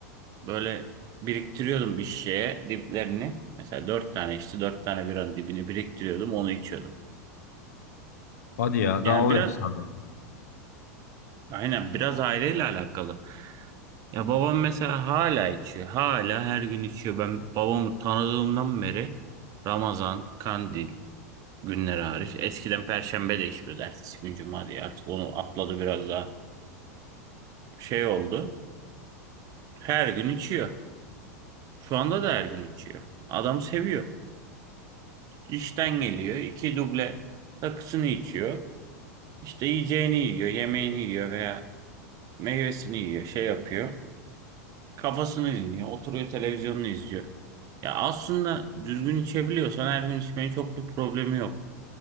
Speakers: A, on the right; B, on the left.
A: Böyle biriktiriyordum bir şişeye diplerini. Mesela dört tane işte dört tane biranın dibini biriktiriyordum onu içiyordum.
B: Hadi ya
A: Yani
B: daha o
A: biraz
B: yaşlarda.
A: aynen biraz aileyle alakalı. Ya babam mesela hala içiyor. Hala her gün içiyor. Ben babamı tanıdığımdan beri Ramazan, Kandil günleri hariç. Eskiden Perşembe de içmiyordu. Ertesi gün Cuma diye artık onu atladı biraz daha şey oldu. Her gün içiyor. Şu anda da her gün içiyor. Adam seviyor. İşten geliyor. iki duble rakısını içiyor. İşte yiyeceğini yiyor, yemeğini yiyor veya meyvesini yiyor, şey yapıyor. Kafasını dinliyor, oturuyor televizyonunu izliyor. Ya aslında düzgün içebiliyorsan her gün içmenin çok bir problemi yok.